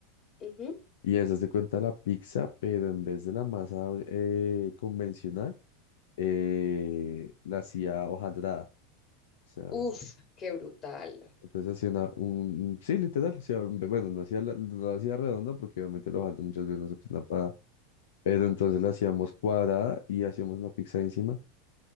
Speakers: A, on the left; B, on the left.
A: ujú.
B: y esa se cuenta la pizza, pero en vez de la masa eh, convencional, eh, la hacía hojaldrada. O sea,
A: Uf, qué brutal.
B: entonces hacía una, un, sí, literal, o sea, b- bueno, no hacía, la, no la hacía redonda porque obviamente la hojaldre muchas veces no se usa para, pero entonces la hacíamos cuadrada y hacíamos una pizza encima